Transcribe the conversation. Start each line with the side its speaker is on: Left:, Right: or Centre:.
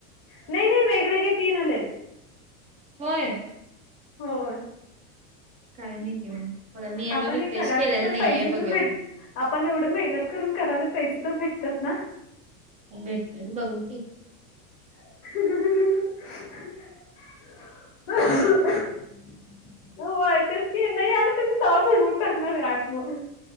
Left: नाही नाही वेगवेगळे तीन आलेत
Right: होय
Left: होय
Right: काय नाही ते मला मी अज
Left: आपण
Right: रिफ्रेश
Left: हे करायला
Right: केलेला
Left: तर
Right: नाहीये
Left: पैसे
Right: बघा
Left: तर भेट आपण एवढं मेहनत करून करायला पैसे तर भेटतात ना
Right: भेटतील बघू की
Left: <inaudible> हो आहे तेच की नाही आलं तर मी तवा वूडवून टाकणार ऍप मग